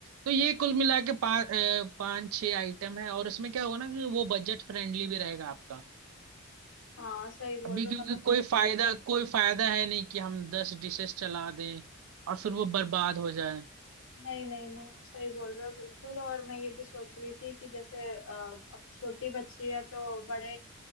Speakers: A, on the right (about 80°); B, on the left (about 65°).
A: तो ये कुल मिला के पाँच पाँच छः आइटम है और इसमें क्या होगा ना कि वो बजट फ्रेंडली भी रहेगा आपका।
B: हाँ सही बोल
A: अभी
B: रहे
A: क्योंकि
B: हो मतलब मेरा
A: कोई फायदा कोई फायदा है नहीं कि हम दस डिशेस चला दें और फिर वो बर्बाद हो जाए
B: नहीं नहीं नहीं आप सही बोल रहे हो बिल्कुल और मैं ये भी सोच रही थी कि जैसे अ, अब छोटी बच्ची है तो बड़े